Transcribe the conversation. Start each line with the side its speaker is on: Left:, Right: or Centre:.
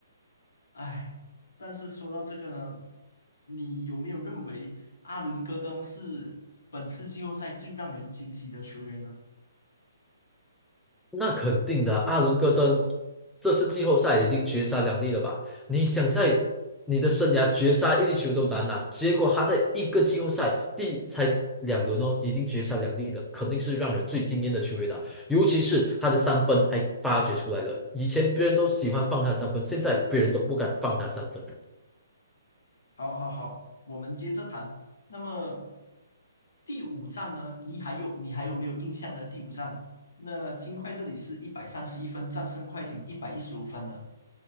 Left: 哎，但是说到这个呢，你有没有认为阿伦戈登是本次季后赛最让人惊喜的球员呢？
Centre: 那肯定的，阿伦戈登这次季后赛已经绝杀两粒了吧？你想在你的生涯绝杀一粒球都难呐、结果他在一个季后赛第才两轮哦，已经绝杀两粒了，肯定是让人最惊艳的球员了。尤其是他的三分还发掘出来了，以前别人都喜欢放他三分，现在别人都不敢放他三分。
Left: 好，好，好，我们接着谈。那么第五站呢？你还有你还有没有印象呢？第五站，那金块这里是一百三十一分战胜快艇一百一十五分的。